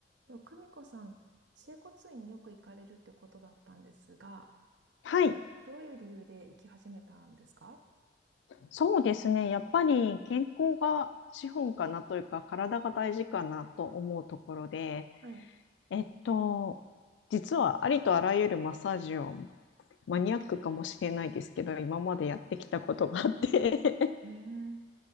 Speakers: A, on the right; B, on the left.
A: と、久美子さん、整骨院によく行かれるってことだったんですが、
B: はい、
A: どういう理由で行き始めたんですか
B: そうですね。やっぱり健康が資本かなというか、体が大事かなと思うところで、
A: はい。
B: えっと、実はありとあらゆるマッサージをマニアックかもしれないですけど、今までやってきたことがあって
A: ええ、